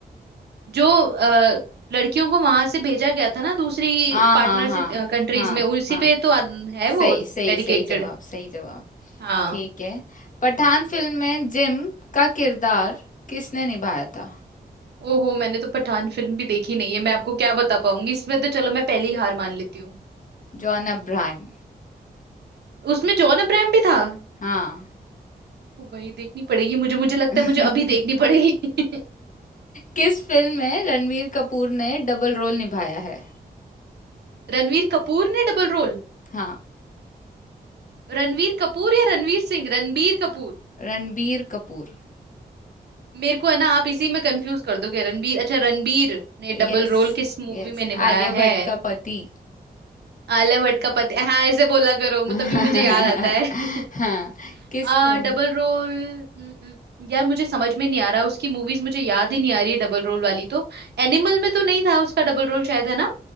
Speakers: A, on the right; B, on the left.
A: जो अ, लड़कियों को वहां से भेजा गया था ना दूसरी
B: हाँ
A: पार्टनर
B: हाँ हाँ
A: से कंट्रीज
B: हाँ
A: में उसी
B: हाँ
A: पे तो आद- है वो
B: सही
A: डेडिकेटेड
B: सही सही जवाब सही जवाब
A: हाँ
B: ठीक है पठान फिल्म में जिम का किरदार किसने निभाया था
A: ओहो मैंने तो पठान फिल्म भी देखी नहीं है मैं आपको क्या बता पाऊंगी इसमें तो चलो मैं पहले ही हार मान लेती हूँ
B: John Abraham
A: उसमें जॉन अब्राहम भी था
B: हाँ
A: ओ भाई देखनी पड़ेगी मुझे मुझे लगता
B: <laughs>
A: है मुझे अभी देखनी पड़ेगी <laughs>
B: किस फिल्म में रणवीर कपूर ने डबल रोल निभाया है
A: रणवीर कपूर ने डबल रोल
B: हाँ
A: रणवीर कपूर या रणवीर सिंह रणबीर कपूर
B: रणबीर कपूर
A: मेरे को है ना आप इसी में कंफ्यूज कर दोगे रणबीर अच्छा रणबीर ने
B: यस
A: डबल रोल किस मूवी
B: यस
A: में निभाया
B: आलिया भट्ट
A: है
B: का पति
A: आलिया भट्ट का पति हाँ ऐसे बोला करो मु-
B: <laughs>
A: तभी मुझे याद आता है <laughs>
B: हाँ किस
A: आ
B: मूवी?
A: डबल रोल न- न- यार मुझे समझ में नहीं आ रहा उसकी मूवीज मुझे याद ही नहीं आ रही है डबल रोल वाली तो एनिमल में तो नहीं था उसका डबल रोल शायद है ना